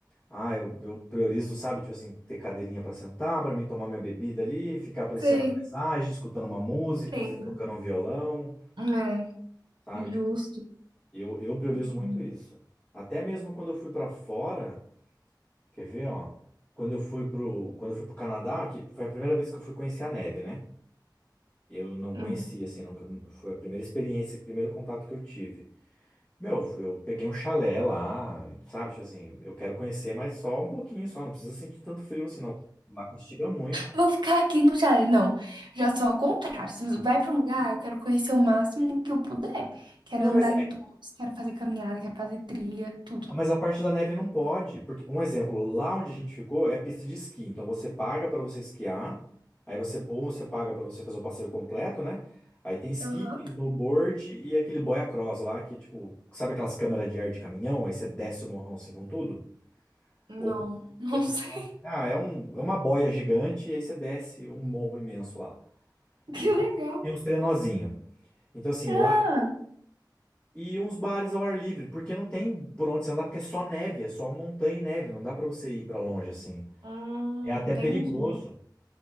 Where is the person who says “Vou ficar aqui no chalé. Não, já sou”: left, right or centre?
Right